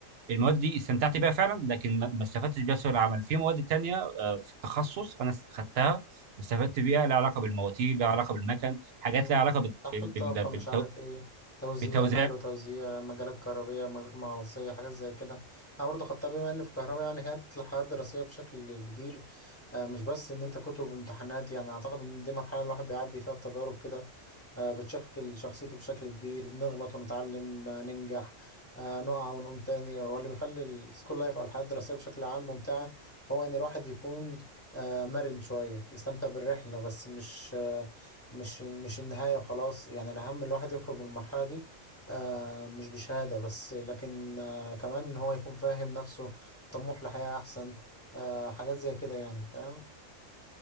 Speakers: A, on the right; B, on the left.
A: المواد دي استمتعت بيها فعلا لكن ما ما استفدتش بيها في سوق العمل في مواد تانية آه، في التخصص انا خدتها واستفدت بيها لها علاقه بالمواتير لها علاقه بالمكن حاجات
B: مم.
A: لها علاقه بال-
B: تحويل
A: بال-
B: طاقة
A: بالتو-
B: مش عارف ايه توزيع
A: بالتوزيع
B: نقل وتوزيع مجالات كهربية مجالات مغناطيسية حاجات زي كده أنا برضه خدتها بما إن في كهرباء يعني هي عدت الحياة الدراسية بشكل كبير آه، مش بس إن أنت كتب وامتحانات يعني أعتقد إن دي مرحلة الواحد بيعدي فيها بتجارب كده آه، بتشكل شخصيته بشكل كبير بنغلط ونتعلم آه، ننجح آه، نقع ونقوم تاني هو اللي بيخلي السكول لايف أو الحياة الدراسية بشكل عام ممتعة هو إن الواحد يكون آه، مرن شوية يستمتع بالرحلة بس مش آه، مش مش النهاية خلاص يعني الأهم الواحد يخرج من المرحلة دي آه مش بشهادة بس لكن آه كمان إن هو يكون فاهم نفسه طموح لحياة أحسن آه حاجات زي كده يعني فاهم